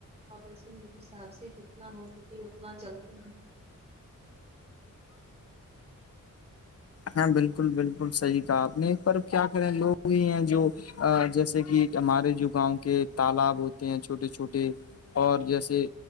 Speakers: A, on the right; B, on the left.
A: اور وسے میرے حساب سے جتنا ہو سکے اتنا جلد
B: ہاں بالکل بالکل صحی اپنے ایک پر کیا کرے لوگ بھی ہیں جو جیسے کہ ہمارے جو گاؤں کے تالاب ہوتے ہیں چھوٹے چھوٹے اور جیسے